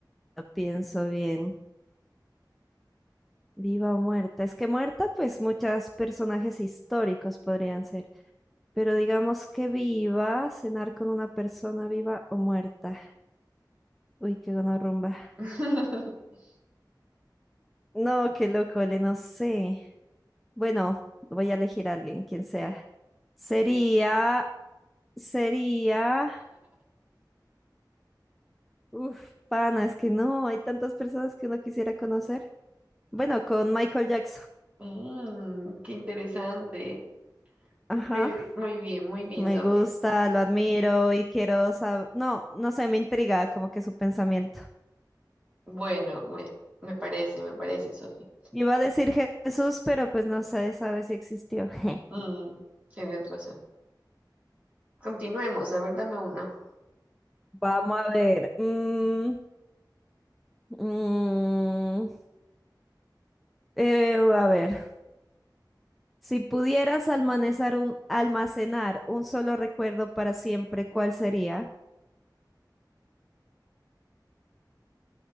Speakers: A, in the centre; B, on the right (about 20°).
A: lo pienso bien. Viva o muerta. Es que muerta, pues muchos personajes históricos podrían ser. Pero digamos que viva, cenar con una persona viva o muerta. Uy, qué gonorrumba.
B: <laughs>
A: No, qué loco, le no sé. Bueno, voy a elegir a alguien, quien sea. Sería, sería, uf, pana, es que no, hay tantas personas que uno quisiera conocer. Bueno, con Michael Jackson.
B: Mm, qué interesante.
A: Ajá,
B: Muy, muy bien, muy bien,
A: me
B: Sofi.
A: gusta, lo admiro y quiero saber, no, no sé, me intriga como que su pensamiento.
B: Bueno, me, me parece, me parece, Sofi.
A: Iba a decir Je- Jesús, pero pues no se sabe si existió. <laughs>
B: Mm, tienes razón. Continuemos, a ver, dame una.
A: Vamos a ver. mm, mm, eh, a ver. Si pudieras almacenar un, almacenar un solo recuerdo para siempre, ¿cuál sería?